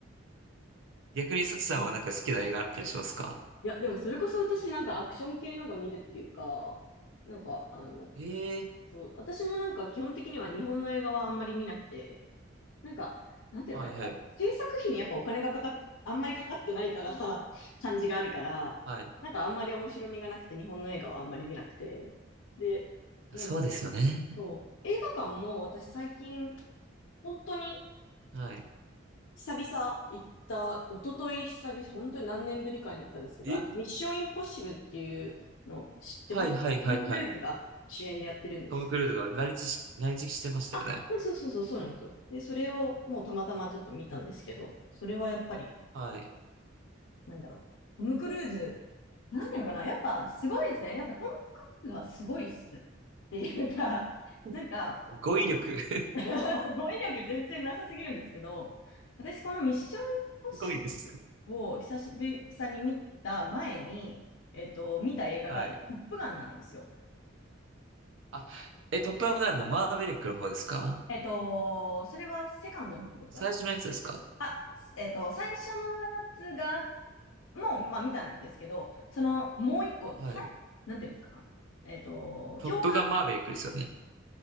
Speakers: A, on the right (about 70°); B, on the left (about 85°).
A: 逆にサチさんはなんか好きな映画あったりしますか
B: うんいや、でもそれこそ私なんかアクション系のが見るっていうか、なんかあの、
A: ええー
B: そう、私もなんか基本的には日本の映画はあんまり見なくて、なんか、なんていうのかな、
A: はいはい。
B: やっぱ制作費にやっぱお金がかかっ、あんまりかかってないから <laughs> 感じがあるから、
A: はい。
B: なんかあんまり面白みがなくて、日本の映画はあんまり見なくて。で、
A: あそうですよね。
B: なんだそう、映画館も私最近、本当に
A: はい。
B: 久々行った、一昨日久々、本当に何年ぶりかに行ったんですけど、
A: え、
B: あの、ミッションインポッシブルっていうのを知ってますトム・
A: はいはいはいはい。
B: クルーズが主演でやってるんです。
A: トム・クルーズが来日し、来日してましたよね。
B: あ、そうそうそう、そうなんですよ。で、それをもうたまたまちょっと見たんですけど、それはやっぱり、
A: はい。
B: なんだろう、トム・クルーズ、なんていうのかな、やっぱすごいですね。やっぱトム・クルーズはすごいっす。っていうか、<laughs>
A: <laughs>
B: なんか、
A: 語彙力。<laughs>
B: <laughs> 語彙力全然なさすぎるんですけど、私このミッション・インポッシブルを久しぶりに見た前に、
A: すごいです。
B: えっと、見た映画がトップガンなんですよ。
A: はい。あ、え、トップガンのマーベリックの方ですか
B: えっと、それはセカンドの方ってことかな。
A: 最初のやつですか
B: あ、えっと、最初のやつが、もう、まあ見たんですけど、その、もう一個、
A: はい。
B: さいなんていうんですかな。えっと、
A: トップガンマーベリックですよね。
B: 教科